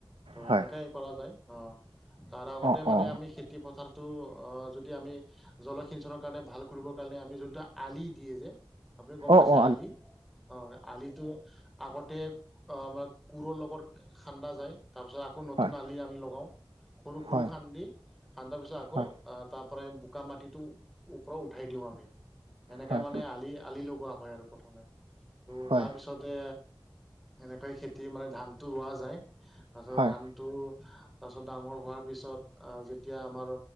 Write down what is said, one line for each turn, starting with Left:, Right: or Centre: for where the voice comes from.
Centre: ত'
Right: হয়
Centre: এনেকাই কৰা যায়। অ' তাৰ আগতে
Right: অ
Centre: মানে
Right: অ
Centre: আমি খেতি পথাৰটো, অ' যদি আমি জলসিঞ্চনৰ কাৰণে, ভাল কৰিবৰ কাৰণে, আমি যোনটো আলি দিয়ে যে আপুনি গম
Right: অ
Centre: পাইছে
Right: অ
Centre: আলি? অ' আলিটো আগতে আ, মানে কোৰৰ লগত খান্দা যায়, তাৰপিছত আকৌ নতুন
Right: হয়
Centre: আলি আমি লগাওঁ। সৰু সৰু
Right: হয়
Centre: খান্দি খান্দা পিছত আকৌ,
Right: হয়
Centre: আ, তাৰপৰাই বোকা মাটিটো ওপৰত উঠাই দিওঁ আমি। সেনেকে
Right: হয়
Centre: মানে আলি, আলি লগোৱা হয় আৰু প্ৰথমে, ত'
Right: হয়
Centre: তাৰপিছতে এনেকৈ খেতি মানে, ধানটো ৰোৱা যায়। তাৰপিছত
Right: হয়
Centre: ধানটো, তাৰপিছত ডাঙৰ হোৱাৰ পিছত, আ যেতিয়া আমাৰ,